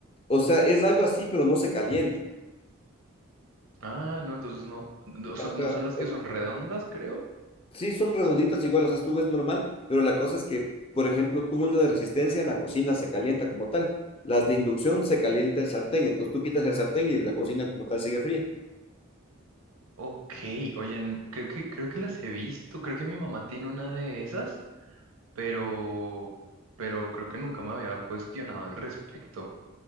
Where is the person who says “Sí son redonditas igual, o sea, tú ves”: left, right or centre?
Left